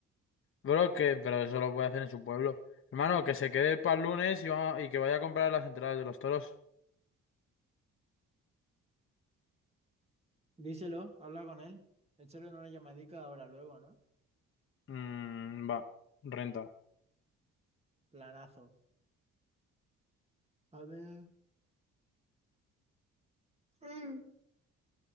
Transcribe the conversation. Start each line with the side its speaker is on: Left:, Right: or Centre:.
Left: Bro, que... Pero eso lo puede hacer en su pueblo. Hermano, que se quede para el lunes y, va- y que vaya a comprar las entradas de los toros.
Right: Díselo, habla con él. Échale una llamadica ahora, luego, ¿no?
Left: Mmm, va. Renta.
Right: Planazo. A ver. Mm.